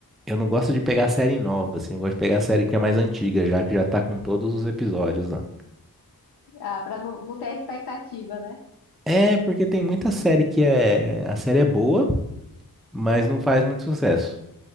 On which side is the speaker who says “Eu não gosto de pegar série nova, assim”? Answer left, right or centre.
Centre